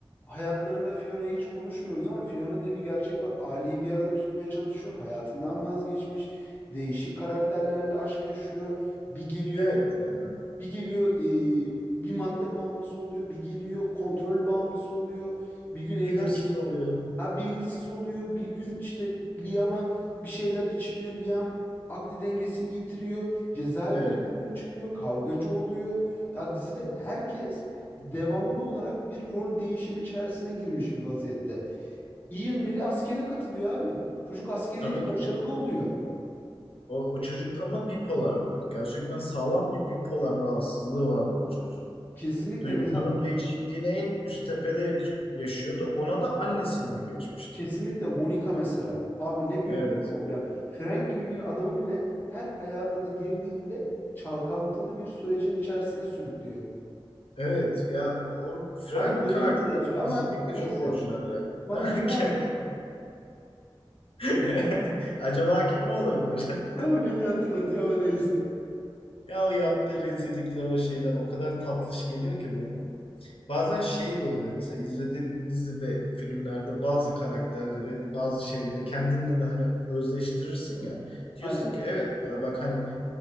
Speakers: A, on the left (about 20°); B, on the left (about 75°).
A: hayatlarında Fiona'yı hiç konuşmuyoruz ama Fiona diye bir gerçek var. Ali'yi bir arada tutmaya çalışıyor. Hayatından vazgeçmiş. Değişik karakterlerle aşk yaşıyor. Bir geliyor,
B: Evet yani
A: bir geliyor e, bir madde bağımlısı oluyor. Bir geliyor kontrol bağımlısı oluyor. Bir gün evden
B: Bir hırsız oluyor.
A: Ha bir hırsız oluyor. Bir gün işte Liam'a bir şeyler içiriyor. Liam akli dengesini yitiriyor. Cezaevine
B: Evet.
A: gidiyor, çıkıyor. Kavgacı oluyor. Ya dizide herkes devamlı olarak bir rol değişim içerisine girmiş bir vaziyette. Ian bile askere katılıyor abi. Çocuk askeriyede
B: Tabii ki
A: başarılı
B: de.
A: oluyor.
B: O, o çocuk ama bipolardı. Gerçekten sağlam bir bipolar rahatsızlığı vardı o çocuğun.
A: Kesinlikle
B: Duygu
A: mesela
B: durum değişikliğini en üst tepede yak- yaşıyordu. Ona da annesinden geçmişti.
A: kesinlikle Monica mesela. Abi ne büyük
B: Evet.
A: bir problem. Frank gibi bir adamı bile her hayatına girdiğinde çalkantılı bir sürecin içerisine sürüklüyor.
B: Evet. Ya o Frank
A: Bana birini
B: karakteri
A: hatırlatıyor ama
B: kesinlikle çok
A: neyse.
B: orijinal ya. <laughs> Ha,
A: Bana birini,
B: kek.
A: hat-
B: <laughs> Acaba kim olabilir? <laughs>
A: bana birini hatırlatıyor ama neyse.
B: Ya o yaptığı rezillikler, o şeyler o kadar tatlış geliyor ki bana. Bazen şey de oluyor mesela izlediğin dizi ve filmlerde bazı karakterleri, bazı şeyleri kendinle de hani özdeştirirsin ya. Diyorsun
A: Aynen.
B: ki evet ya bak hani